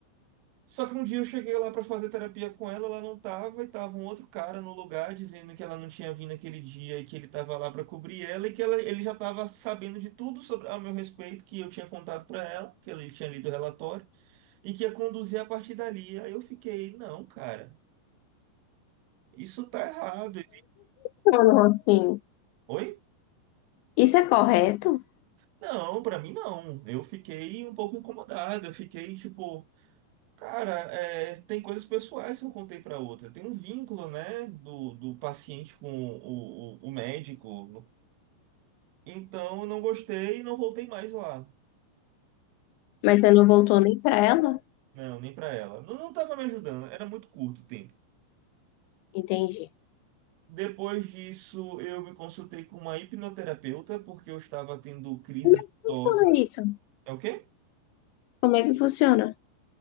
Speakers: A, on the right (about 85°); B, on the left (about 80°).
A: Só que um dia eu cheguei lá para fazer terapia com ela, ela não tava, e tava um outro cara no lugar dizendo que ela não tinha vindo aquele dia e que ele tava lá para cobrir ela e que ela, ele já tava sabendo de tudo sobre a meu respeito que eu tinha contado para ela, que ele tinha lido o relatório e que ia conduzir a partir dali. Aí eu fiquei, não, cara, isso tá errado.
B: Não, assim,
A: Oi?
B: isso é correto,
A: Não, pra mim não. Eu fiquei um pouco incomodado. Eu fiquei tipo, cara, é, tem coisas pessoais que eu contei pra outra. Tem um vínculo, né, do, do paciente com o, o, o médico. Então eu não gostei e não voltei mais lá.
B: mas você não voltou nem pra ela?
A: Não, nem pra ela. Não, não tava me ajudando. Era muito curto o tempo.
B: Entendi.
A: Depois disso, eu me consultei com uma hipnoterapeuta porque eu estava tendo crises
B: Como é que
A: de
B: funciona
A: tosse.
B: isso?
A: É o quê?
B: Como é que funciona?